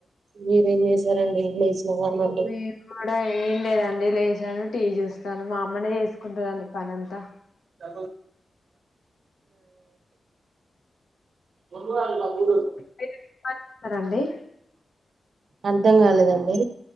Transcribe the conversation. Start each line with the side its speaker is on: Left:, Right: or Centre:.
Right: మీరు ఎ చేస రండిసినడి
Left: మేము కూడా ఏం లేదండి లేసాను టీవీ చూస్తాను మా అమ్మనే చేసుకుంటుందండి పనింతా
Right: ఆ మందు వే కూడు
Left: మీరు ఏం పని చేస్తారండి
Right: అర్థం కాలేదండి